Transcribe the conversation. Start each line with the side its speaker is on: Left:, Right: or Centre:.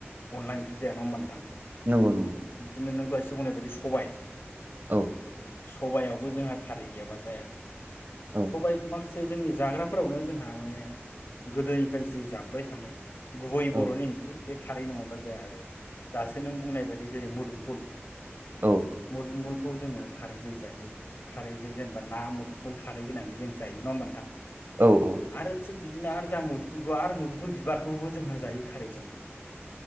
Left: अनला ओंख्रि जाया नङा होनबा नोथां।
Right: नंगौ नंगौ
Left: बिदिनो नों दहायसो बुंनाय बायदि सबाय।
Right: औ
Left: सबायावबो जोंहा खारै गैयाबा जाया
Right: औ
Left: सबाय मा माखासे जोंनि जाग्राफोरावनो जोंहा माने गोदोनिफ्राय जि जाबोबाय थानाय गुबै
Right: औ
Left: बर'नि ओंख्रि बे खारै नङाबा जाया आरो दासो नों बुंनाय बायदि जेरै मोदुमफुल
Right: औ
Left: मोदुमफुल खौ जोङो खारैजों जायो खारैजों जेनेबा ना मुदुफुल खारै होनानै जों जायो नङा होमबा नोंथां
Right: औ औ
Left: आरो थिग बि बिदिनो आरो जोंहा मुदुफुलखौ आरो मुदुफुल बिबारखौबो जोंहा जायो खारैजों।